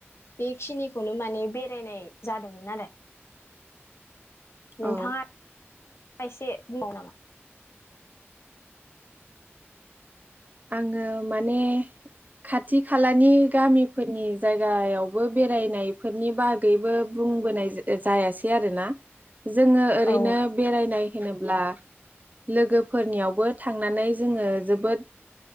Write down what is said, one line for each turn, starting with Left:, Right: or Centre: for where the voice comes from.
Left: बेखिनिखौनो माने बे बेरायनाय जादोंमोन आरो। नोंथांङा
Right: औ
Left: खायसे बुंबावनो नामा?
Right: आंङो माने खाथि खालानि गामिफोरनि जायगायावबो बेरायनायफोरनि बागैबो बुंबोनाय जा जायासै आरोना। जोंङो ओरैनो
Left: औ
Right: बेरायनाय होनोब्ला लोगोफोरनियावबो थांनानै जोंङो जोबोद